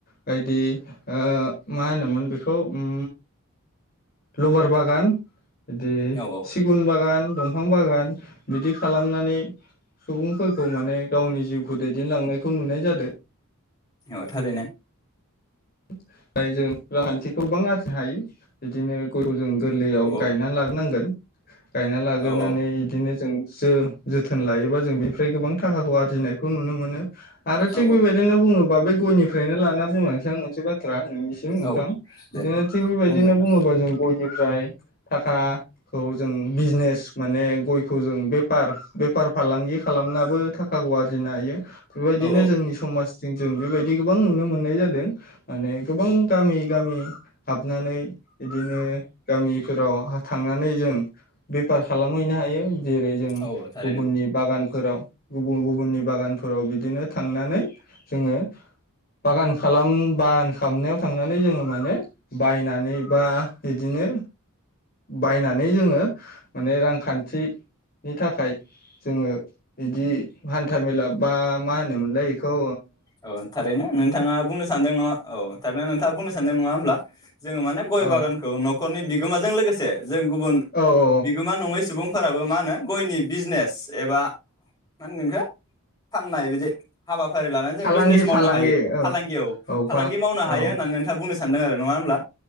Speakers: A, on the left (about 45°); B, on the left (about 20°).
A: बायदि ओ मा होनोमोन बेखौ उम लबार बागान बिदि
B: औ
A: सिगुन बागान दंफां बागान बिदि खालामनानै सुबुंफोरखौ माने गावनि जिउखौ दैदेनलांनायखौ नुनाय जादो
B: औ थारैनो
A: ओमफ्राय जों रांखान्थिखौ गोबां आरजिनो हायो बिदिनो गय- खौ जों गोरलैयाव
B: औ
A: गायनानै
B: औ
A: लाग्रोनांगोन <inaudible> गायना लागोरनानै
B: औ
A: इदिनो जों जो जोथोन लायोबा जों बेनिफ्राय गोबां थाखाखौ आरजिनाय- खौ नुनो मोनो आरो थिग
B: औ
A: बेबायदिनो बुङोबा बे गयनिफ्रायनो लाना बुंलांनोसै आं मोनसे बाथ्रा नोंनिसिम नोंथां
B: औ दे
A: बिदिनो थिग बेबायदिनो
B: बुंदों नोंथां
A: बुङोबा जों गयनि- फ्राय थाखाखौ जों बिजनेस माने गयखौ जों बेफार बेफार फालांगि खालामनाबो थाखाखौ आरजिनो हायो। बेबायदिनो
B: औ औ
A: जोंनि समाज जों जों बेबायदि गोबां नुनो मोननाय जादों माने गोबां
B: औ
A: गामि गामि हाबनानै बिदिनो गामिफोराव हा थांनानै जों बेफार खालामहैनो हायो जेरै जों
B: औ औ थारैनो
A: गुबुननि बागान फोराव गुबन गुबुननि बागानफोराव बिदिनो थांनानै जोङो बागान खालाम बागान खालामनायाव थांनानै जोङो माने बायनानै बा इदिनो बायनानै जोङो माने रांखानथिनि थाखाय जोङो इदि हानथा मेला बा मा होनोमोनलाय इखौ
B: औ थर ऐनो नोंथाङा बुंनो सानदों नङा औ थार नोंथ आ बुंनो सानदों नङा होमब्ला जोङो माने गय
A: औ
B: बागानखौ नख रनि बिगोमाजों लोगोसे जों गुबुन
A: औ औ
B: बिगोमा नङै सुबुं फोराबो मा होनो गयनि बिजनेस एबा मा होनगोन इखो फाननाय बिदि हाब बाफारि लानानै
A: फालांगि
B: बिजनेस मावनो
A: फालांगि
B: हायो
A: औ
B: फालांगियाव
A: औ
B: फालांगि मावनो हायो
A: औ
B: होननानै नोंथाङा बुंनो सा सानदों आरो नङा होनब्ला